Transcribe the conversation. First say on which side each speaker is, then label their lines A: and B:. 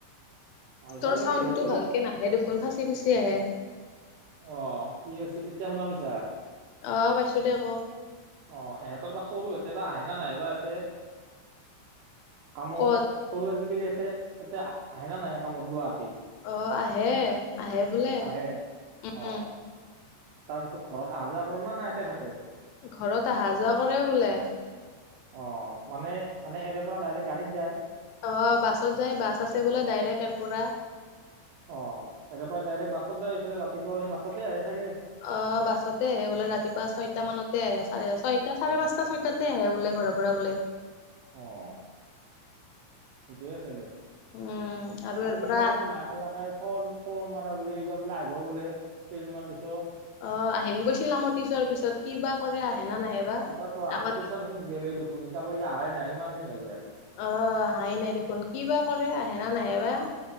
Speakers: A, on the right; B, on the left.
A: অ আহিবা
B: তোৰ
A: লাগে
B: চাউণ্ডটো
A: এহঁতৰ
B: ভালকে
A: বা
B: নাহে দেখোন ফাঁচি ফুচি আহে।
A: অ কি আছিল, এতিয়া শুনা পাইছা?
B: অহ পাইছো দে, ক?
A: অ এহঁতৰ বা সৰু সতে বা আহে ন নাহে বা এতে কামত
B: ক'ত
A: সৰু আজিকালি ইয়াতে এতে আ আহে না নাহে কামত গুৱাহাটীত?
B: অ আহে আহে বোলে,
A: আহে
B: উ।
A: অ তাৰপিছত ঘৰত আহা যোৱা কৰে না নাই এতে থাকে।
B: ঘৰত আহা যোৱা কৰে বোলে।
A: অ মানে আনে এৰে পৰা ডাইৰেক্ট গাড়ীত যায়?
B: অ বাছত যায়। বাছ আছে বোলে ডাইৰেক ইয়াৰ পৰা।
A: অ। এতিয়া পৰা ডাইৰেক্ট বাছত যায়, এইফালে ৰাতিপুৱা সেই বাছতে আহে চাগে।
B: অ বাছতে আহে বোলে, ৰাতিপুৱা ছয়টা মানতে আহে। চ ছয়টা চাৰে পাঁচটা ছয়টাতে আহে বোলে। ঘৰৰ পৰা ওলে।
A: অহ। ঠিকেইে আছে দিয়া।
B: উম
A: আৰু
B: ইয়াৰ
A: সিদিনা
B: পৰা
A: দেখোন মাই কলাকে ফোন ফোন মা বুলি এইবাৰ বোলে আহিব বোলে, কেইদিনমান পিছত।
B: অ আহিম কৈছিল আমতি চোৱাৰ পিছত, কি বা কৰে আহে না নাহে বা
A: তাকেতো,
B: আগত
A: আমতি চোৱা দেখোন গেলেই দেখোন, ইতাক লৈকে আহাই নাই ইমান দিন হৈ গ'ল।
B: অ অহাই নাই দেখোন। কি বা কৰে আহে না নাহে বা।